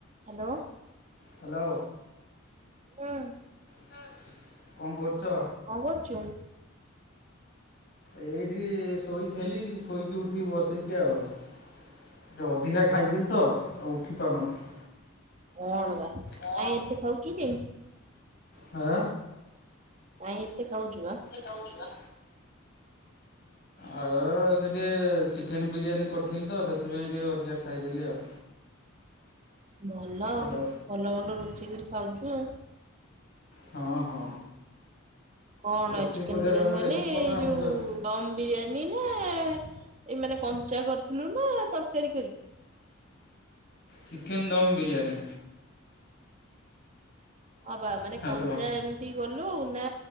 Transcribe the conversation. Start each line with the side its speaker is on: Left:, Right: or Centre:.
Right: ହାଲୋ।
Left: ହାଲୋ।
Right: ହୁଁ।
Left: ଉଁ କଣ କରୁଚ।
Right: କଁ କରୁଚୁ।
Left: ଏଇଠି ଶୋଇଥିଲି ଶୋଇକି ଉଠିକି ବସିଛି ଆଉ। ଟିକେ ଅଧିକା ଖାଇଦେଲି ତ ଆଉ ଉଠି ପାରୁନଥିଲି।
Right: କଣ ବା
Left: ଆଁ।
Right: କାଇଁ ଏତେ ଖାଉଛୁ କି?
Left: ହା।
Right: କାଇଁ ଏତେ ଖାଉଛୁ ବା।
Left: ଖାଉଛୁ ବା। ଆଉ ଆଜି ଟିକେ ଚିକେନ ବିରିୟାନୀ କରିଥିଲି ତ ସେଥିପାଇଁ ଟିକେ ଅଧିକା। ଖାଇଦେଲି ଆଉ।
Right: ଭଲ ଆଉ
Left: ହ୍ୟାଲୋ
Right: ଭଲ ଭଲ ରୋଷେଇ କରି ଖାଉଛୁ ଆଉ।
Left: ହଁ ହଁ।
Right: କଣ
Left: ରୋଷେଇ
Right: ଚିକେନ
Left: କରିବାରେ
Right: ବିରିୟାନୀ
Left: ଆମର
Right: ମାନେ
Left: ଏକ୍ସପର୍ଟ
Right: ଏଇ
Left: ଆମେ
Right: ଯୋଉ
Left: ପୁରା
Right: ଦମ୍ ବିରିୟାନୀ। ନେ ଏଇ ମାନେ କଞ୍ଚା କରିଥିଲୁ ନା ତରକାରୀ କରିକି?
Left: ଚିକେନ ଦମ ବିରିୟାନି।
Right: ହଁ ବା ମାନେ
Left: ହ୍ୟାଲୋ
Right: କଞ୍ଚା ଏମିତି କଲୁ। ନା